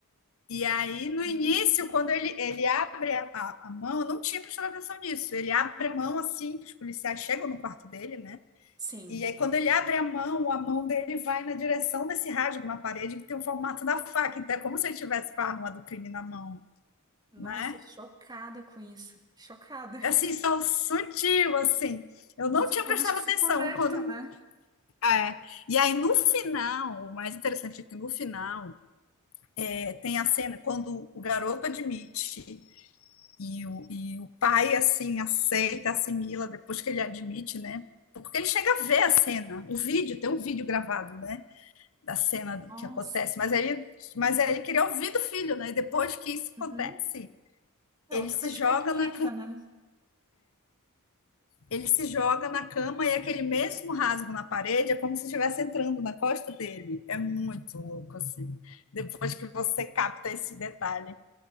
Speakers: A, on the left; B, on the right.
A: E aí,
B: entendi.
A: no início, quando ele, ele abre a, a- a mão, eu não tinha prestado atenção nisso. Ele abre a mão assim, que os policiais chegam no quarto dele, né?
B: Sim.
A: E aí, quando ele abre a mão, a mão dele vai na direção desse rasgo na parede, que tem o formato da faca. Então, é como se ele tivesse com a arma do crime na mão,
B: Nossa,
A: né?
B: chocada com isso. Chocada.
A: É, Assim, só sutil, assim. Eu
B: Mas
A: não
B: são
A: tinha
B: coisas
A: prestado
B: que se
A: atenção.
B: conectam,
A: Quando
B: né?
A: É. E aí no final, o mais interessante é que no final é, tem a cena quando o garoto admite e o, e o pai assim aceita, assimila depois que ele admite, né? Porque ele chega a ver a cena, o vídeo, tem um vídeo gravado, né? Da cena do
B: Nossa.
A: que acontece, mas aí, mas aí ele queria ouvir do filho, né? E depois que isso
B: Uhum.
A: acontece,
B: É
A: ele
B: outra
A: se
B: perspectiva,
A: joga na,
B: né?
A: ele se joga na cama e é aquele mesmo rasgo na parede é como se estivesse entrando na costa dele. É muito louco, assim. Depois que você capta esse detalhe.